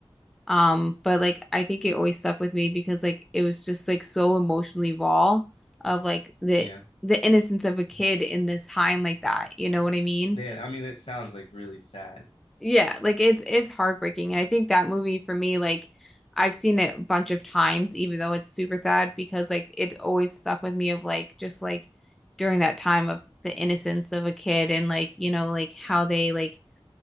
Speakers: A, in the centre; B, on the left (about 85°).
A: Um, but like I think it always stuck with me because like it was just like so emotionally raw of like the
B: Yeah.
A: the innocence of a kid in this time like that. You know what I mean?
B: Yeah, I mean that sounds like really sad.
A: Yeah, like it's it's heartbreaking. And I think that movie for me, like I've seen it a bunch of times, even though it's super sad, because like it always stuck with me of like just like during that time of the innocence of a kid and like, you know, like how they like